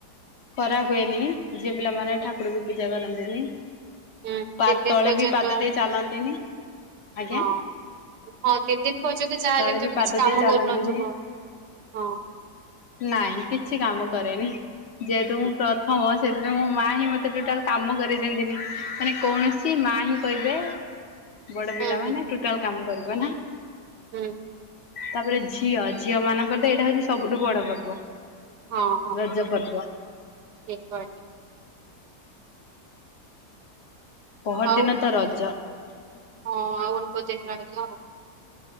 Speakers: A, on the left; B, on the right.
A: କରା ହୁଏନି ଝିଅ ପିଲାମାନେ
B: ହୁଁ
A: ଠାକୁର ବି ପୂଜା କରନ୍ତିନି।
B: ହୁଁ,
A: ପା
B: ତିନି ଦିନ
A: ତଳେ
B: ପର୍ଯ୍ୟନ୍ତ
A: ବି ପାଦ ଦେଇ ଚାଲନ୍ତିନି ଆଜ୍ଞା।
B: ହଁ। ହଁ ତିନି ଦିନ ପର୍ଯ୍ୟନ୍ତ ଯାହାହଲେ
A: ତଳେ
B: ବି ତମେ
A: ପାଦ
B: କିଛି କାମ
A: ଦେଇ ଚାଲନ୍ତିନି।
B: କରୁନଥିବ ଆଉ ହଁ
A: ନାଇଁ କିଛି କାମ କରେନି। ଯେହେତୁ ମୁଁ
B: ହୁଁ
A: ପ୍ରଥମ ସେଥିପାଇଁ ମୋ ମା ହିଁ ମତେ ଟୋଟାଲି କାମ କରିଦିଅନ୍ତିନି ମାନେ। କୌଣସି ମା ହିଁ କହିବେ ବଡ
B: ହୁଁ
A: ପିଲାମାନେ
B: ହୁଁ
A: ଟୋଟାଲ କାମ କରିବ ନା।
B: ହୁଁ।
A: ତାପରେ ଝିଅ ଝିଅ ମାନଙ୍କର ତ ଏଇଟା ହଉଛି ସବୁଠୁ ବଡ ପର୍ବ।
B: ହଁ ହ।
A: ରଜ ପର୍ବ।
B: <inaudible>
A: ପହର
B: ଆଉ
A: ଦିନ ତ ରଜ
B: ହଁ ଆଉ ଅଳ୍ପ ଦିନ ରହିଲା ଆଉ